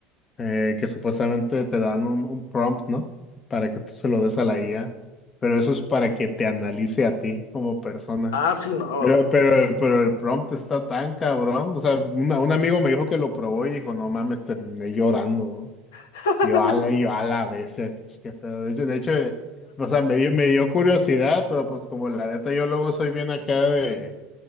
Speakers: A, on the left (about 30°); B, on the left (about 85°).
A: eh, que supuestamente te dan un, un prompt, ¿no? Para que tú se lo des a la IA, pero eso es para que te analice a ti como persona.
B: Ah, sí, no.
A: Pero, pero, el- pero el prompt está tan cabrón. O sea, una- un amigo me dijo que lo probó y dijo, no mames, terminé llorando.
B: <laughs>
A: Y yo, ala, y yo, ala, a veces. Pues, qué pedo. De hecho, de hecho, eh, o sea, me dio, me dio curiosidad, pero pues como la neta yo luego soy bien acá de,